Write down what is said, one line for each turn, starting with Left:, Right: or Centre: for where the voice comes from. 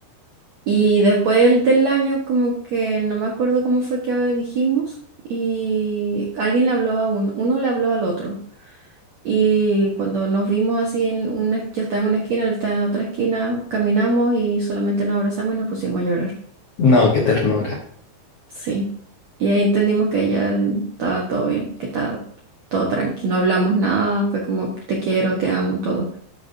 Right: Y después del del año, como que no me acuerdo cómo fue que dijimos, y alguien le habló a uno, uno le habló al otro. Y cuando nos vimos así, en una, yo estaba en una esquina, él estaba en otra esquina, caminamos y solamente nos abrazamos y nos pusimos a llorar.
Left: No, qué ternura.
Right: Sí. Y ahí entendimos que ya estaba todo bien, que estaba todo tranquilo. No hablamos nada, fue como te quiero, te amo, todo.